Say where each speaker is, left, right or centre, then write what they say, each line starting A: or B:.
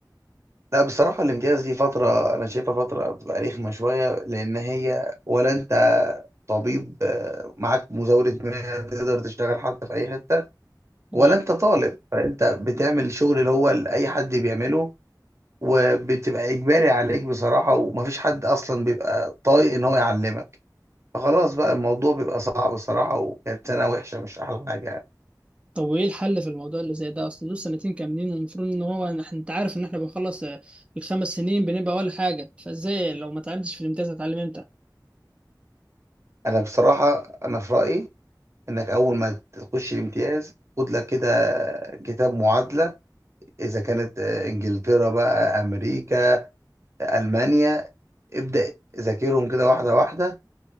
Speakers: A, on the right; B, on the right.
A: لا بصراحة الامتياز دي فترة أنا شايفها فترة بتبقى رخمة شوية لأن هي ولا أنت طبيب آه، معاك مزاولة مهنة تقدر تشتغل حتى في أي حتة
B: مم.
A: ولا أنت طالب فأنت بتعمل شغل اللي هو اللي أي حد بيعمله وبتبقى إجباري عليك بصراحة ومفيش حد أصلا بيبقى طايق إن هو يعلمك فخلاص بقى الموضوع بيبقى صعب الصراحة وكانت سنة وحشة مش أحلى حاجة يعني
B: طب وايه الحل في الموضوع اللي زي ده اصل دول سنتين كاملين والمفروض ان هو إن إحنا- انت عارف ان احنا بنخلص آه، الخمس سنين بنبقى ولا حاجة فازاي لو ما اتعلمتش في الامتياز هتعلم امتى
A: أنا بصراحة أنا في رأيي إنك أول ما تخش الامتياز خد لك كده كتاب معادلة اذا كانت آه، انجلترا بقى امريكا المانيا ابدا ذاكرهم كده واحده واحده